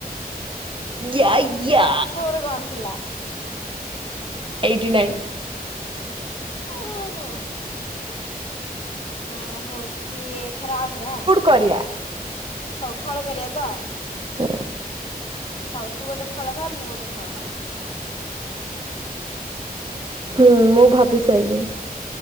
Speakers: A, on the right (about 35°); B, on the left (about 40°).
A: ୟା
B: ଉଁ
A: ୟା।
B: ତୋର କଣ ଥିଲା?
A: Eighty nine.
B: ଓଁ ଉଁ ହଉଚି ଏଥର ଆଉଥରେ ହଁ।
A: କରିଆ।
B: ହଉ ଫଳ କରିବା ତ।
A: ହୁଁ।
B: ହଉ ତୁ ଗୋଟେ ଫଳ ଭାବେ ମୁଁ ଗୋଟେ ଫଳ ଭାବୁଛି।
A: ହୁଁ ମୁଁ ଭାବି ସାଇଲିଣି।